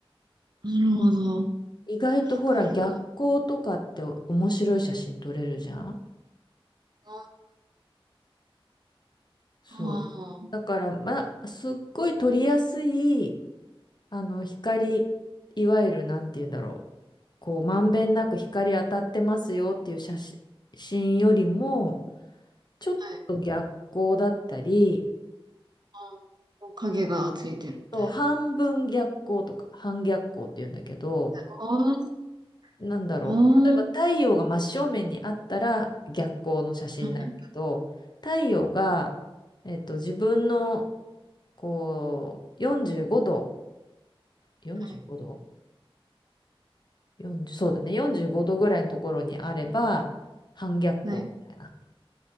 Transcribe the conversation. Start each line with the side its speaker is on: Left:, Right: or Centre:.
Right: なるほど。
Left: 意外とほら、
Right: 光か。
Left: 逆光とかって面白い写真撮れるじゃん
Right: あ
Left: そう。
Right: あー、
Left: だから、まあ、すっごい撮りやすいあの、光、いわゆる、なんて言うんだろう。こう、まんべんなく光当たってますよっていう写真真よりも、ちょっと逆光だったり、
Right: はい。あー影がついてるみたいな感じですか
Left: と半分逆光とか、半逆光って言うんだけど、
Right: ね。あー
Left: なんだろう。
Right: あー、
Left: 例えば太陽が真正面にあったら逆光の写真になるけど、
Right: はい、
Left: 太陽が、えっと、自分の、こう、45度、45度
Right: はい、
Left: 40、そうだね。45度ぐらいのところにあれば、反逆光みたいな。
Right: はい。